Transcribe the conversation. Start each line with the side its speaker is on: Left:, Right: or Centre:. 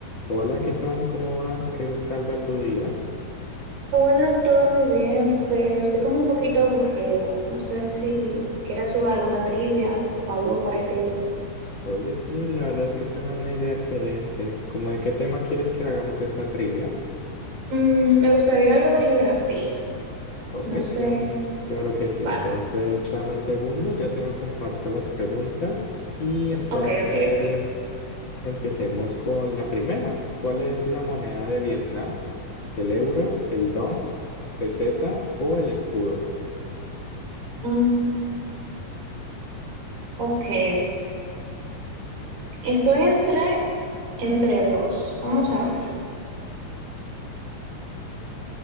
Left: Hola, ¿qué tal? ¿Cómo vas? ¿Qué tal va tu día?
Right: Hola, todo muy bien, pero estoy como un poquito aburrida. No sé si quieras jugar alguna trivia o algo parecido.
Left: Oye, sí, la verdad es que suena una idea excelente. ¿Cómo de qué tema quieres que hagamos esta trivia?
Right: Mm, me gustaría algo de geografía.
Left: Ok,
Right: No sé.
Left: claro. Claro que sí.
Right: Vale.
Left: Entonces, dame un segundo, ya te comparto las preguntas y entonces
Right: Ok, ok, ok.
Left: empecemos con la primera. ¿Cuál es la moneda de Vietnam? ¿El euro, el dong, peseta o el escudo?
Right: Mm, ok. Estoy entre, entre dos. Vamos a ver.